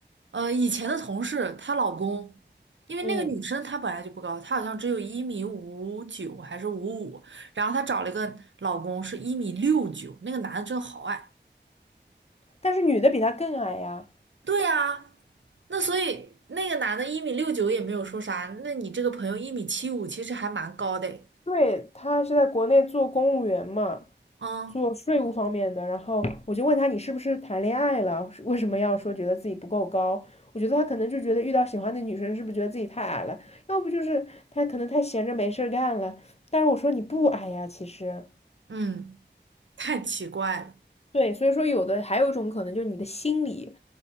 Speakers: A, on the right; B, on the left.
A: 呃，以前的同事，她老公，因为那个女生她本来就不高，
B: 嗯，
A: 她好像只有一米五九还是五五，然后她找了一个老公是一米六九，那个男的真好矮。
B: 但是女的比他更矮呀。
A: 对呀，那所以那个男的一米六九也没有说啥，那你这个朋友一米七五其实还蛮高的诶，
B: 对，他是在国内做公务员嘛，
A: 嗯
B: 做税务方面的，然后我就问他你是不是谈恋爱了？为什么要说觉得自己不够高？我觉得他可能就觉得遇到喜欢的女生是不是觉得自己太矮了？要不就是他可能太闲着没事儿干了。但是我说你不矮呀，其实
A: 嗯，太奇怪了。
B: 对，所以说有的还有一种可能就是你的心理